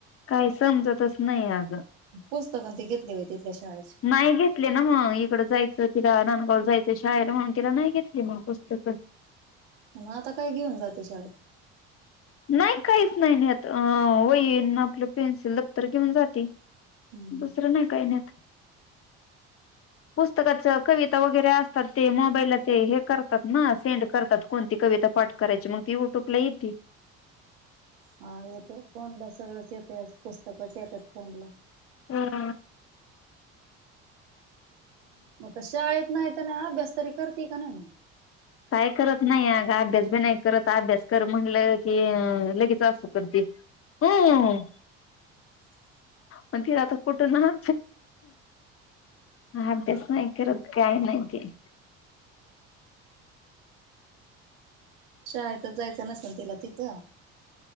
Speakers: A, on the left (about 50°); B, on the right (about 85°).
A: काही समजतच नाही आगं
B: पुस्तक अन ते घेतले व्हय तिच्या शाळेत
A: नाही घेतले ना मग इकडं जायचं तिला ननगाव जायचं शाळेला मग तिला नाही घेतली मग पुस्तकं
B: मग आता काय घेऊन जाती शाळेत
A: नाही काहीच नाही नेत अं वही न आपलं पेन्सिल दप्तर घेऊन जाती.
B: हम्म.
A: दुसरं नाही काही नेत
B: <inaudible>
A: पुस्तकाच कविता वगैरे असतात ते मोबाईलला ते हे करतात ना सेंड करतात. कोणती कविता पाठ करायची मग ती युट्यूबला येती.
B: हा येतयं फोनला सगळंच येतय पुस्तकच येतात फोनला.
A: हम्म
B: आता शाळेत नाही त नाय अभ्यास तरी करती का नाही.
A: काय करत नाही अग अभ्यास बी नाही करत अभ्यास कर म्हणलं की लगेच आसू करती. अं हं
B: <inaudible>
A: पण ती आता कुठ ना अभ्यास नाही करत काय नाही ती
B: शाळेतच जायच नसल तिला तिथ.